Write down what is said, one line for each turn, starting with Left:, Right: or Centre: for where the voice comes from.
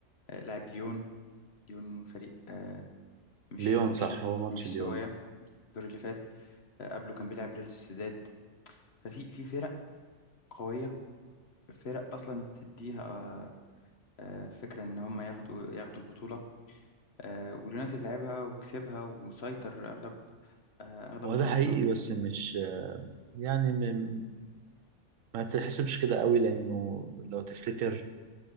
Left: آه، لعب ليون ليون فريق آه، مش
Right: ليون
Left: مش
Right: صح هو ماتش
Left: مش
Right: ليون
Left: سوايا الدور اللي فات آه، قبله كان بيلعب ريال سوسيداد ففي في فرق قوية فرق أصلا تديها آه، آه، فكرة إن هم ياخدوا ياخدوا البطولة آه، واليونايتد لعبها وكسبها وسيطر أغلب آه، أغلب
Right: هو
Left: الماتشات
Right: ده حقيقي بس مش يعني م- ما بتتحسبش كده قوي لانه لو تفتكر